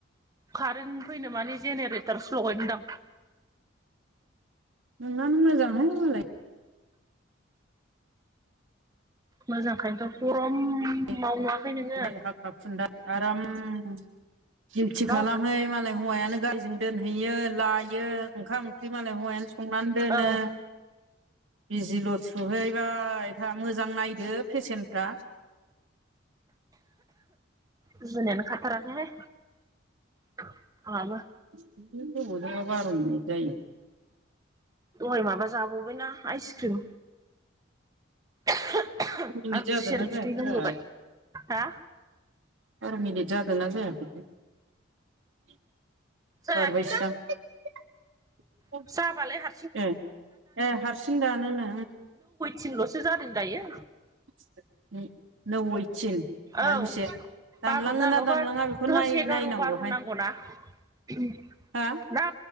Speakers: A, on the right (about 20°); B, on the right (about 80°).
A: कारेन्ट फैनो माने जेनेरेटर स्लगायदों दां
B: नोंनानो मोजांहाय मानलाय
A: मोजांखायनोथ' गरम
B: <unintelligible>
A: मावनुवाखै नोङो
B: खुडा आराम दिउटि
A: गाव
B: खालामहै मालाय हौवायानो गारिजों दोनहैयो लायो ओंखाम ओंख्रि मालाय हौवायानो संनानै दोनो।
A: औ
B: बिजिल' थुहैबाय था मोजां नायदो पेसेन्फ्रा
A: गुजुनायानो खााथाराखैहाय आंहाबो
B: <unintelligible>
A: दहाय माबा जाबावबायना आइसक्रिम आरो
B: बार' मिनिट जादोंना
A: खुसियर बिदै
B: जायाखै
A: लोंबोबाय। हा
B: <unintelligible> <inaudible>
A: जायाखैनोदां <unintelligible>
B: ए ए हारसिं दानोनो
A: थिनल'सो जादों दायो
B: <unintelligible>
A: औ <unintelligible>
B: ना दानलाङा बेखौ नाय नायनांगौहाय हा
A: ना टाइमानो